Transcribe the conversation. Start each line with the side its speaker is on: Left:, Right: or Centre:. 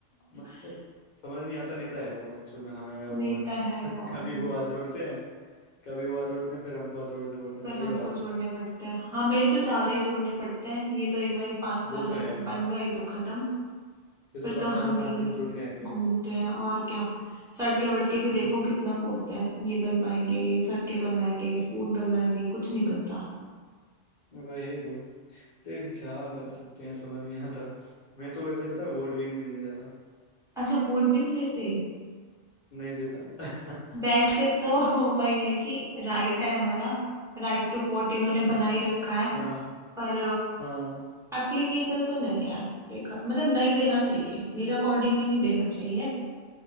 Left: मतलब
Centre: <laughs>
Left: समझ नहीं आता नेता है कौन एक्चुअल में हमें या वो
Centre: नेता
Left: है
Centre: है
Left: <laughs>
Centre: कौन
Left: कभी वो आज जोड़ते हैं कभी वो आज जोड़ते हैं फिर हमको आज जोड़ने पड़ते
Centre: पर
Left: हैं सही
Centre: हमको
Left: बात है
Centre: जोड़ने पड़ते हैं हमें तो ज्यादा ही जोड़ने पड़ते हैं ये तो एक बारी पांच
Left: वो
Centre: साल बस
Left: तो है
Centre: बन गए तो खत्म
Left: ये तो
Centre: फिर
Left: पाँच
Centre: तो
Left: साल
Centre: हम
Left: पाँच
Centre: ही
Left: दिन जोड़ने आएंगे
Centre: घूमते हैं और क्या सड़के वड़के भी
Left: हम्म,
Centre: देखो कितना बोलते हैं ये बनवाएंगे ये सड़कें बनवाएंगे स्कूल बनवाएंगे कुछ नहीं बनता
Left: वही तो लेकिन क्या कर सकते हैं समझ नहीं आता मैं तो वैसे पता है, वोट भी नहीं देने जाता
Centre: अच्छा वोट भी नहीं देते
Left: नहीं देता <laughs>
Centre: वैसे तो <laughs> वही है कि राइट है हमारा राइट टू वोट इन्होंने
Left: हाँ
Centre: बना ही रखा है
Left: हाँ
Centre: पर
Left: हाँ,
Centre: एप्लीकेबल तो नहीं है देखा मतलब नहीं देना चाहिए मेरे अकॉर्डिंग भी नहीं देना चाहिए